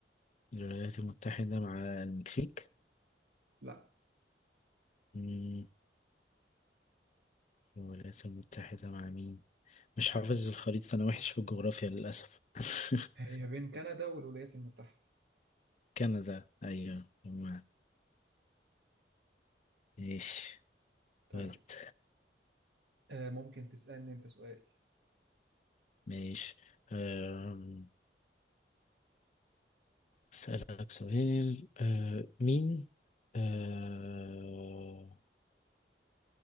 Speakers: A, on the left; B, on the right.
A: الولايات المتحدة مع المكسيك
B: لا
A: مم. الولايات المتحدة مع مين مش حافظ الخريطة أنا وحش في الجغرافيا للأسف <laughs>
B: هي بين كندا والولايات المتحدة
A: كندا أيوة ما- ماشي
B: طيب
A: غلط
B: آه ممكن تسألني أنت سؤال
A: ماشي أم، أسألك سؤال أه، مين أه،